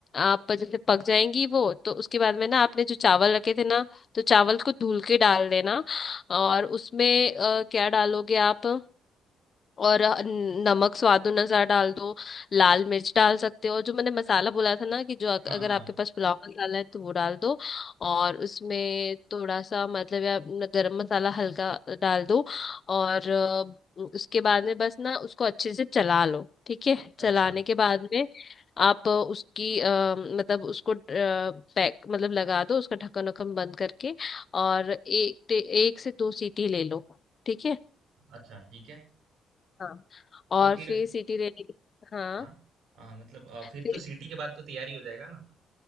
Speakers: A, on the left; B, on the right.
A: आप जैसे पक जाएंगी वो तो उसके बाद में ना आपने जो चावल रखे थे ना तो चावल को धुल के डाल देना और उसमें अ, क्या डालोगे आप और अ, नमक स्वाद अनुसार डाल दो लाल मिर्च डाल सकते हो और जो मैंने मसाला बोला था ना कि जो अग-
B: हाँ
A: अगर
B: हाँ
A: आपके पास पुलाव मसाला है तो वो डाल दो और उसमें थोड़ा सा मतलब या अपना गरम मसाला हल्का डाल दो और अ, उसके बाद में बस ना उसको अच्छे से चला लो ठीक है चलाने
B: अच्छा
A: के बाद में आप उसकी आ, मतलब उसको अ, पैक मतलब लगा दो उसका ढक्कन वक्कन बंद करके और एक ते- एक से दो सीटी ले लो ठीक है
B: अच्छा ठीक है
A: हाँ और
B: तो फिर
A: फिर सिटी रैली हाँ
B: हाँ हाँ मतलब अ, फिर
A: फिर
B: तो सीटी के बाद तो तैयारी हो जाएगा ना